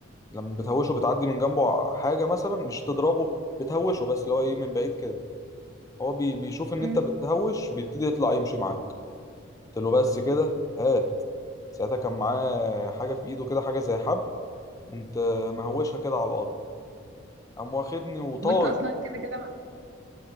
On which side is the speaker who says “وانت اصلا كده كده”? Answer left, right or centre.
Right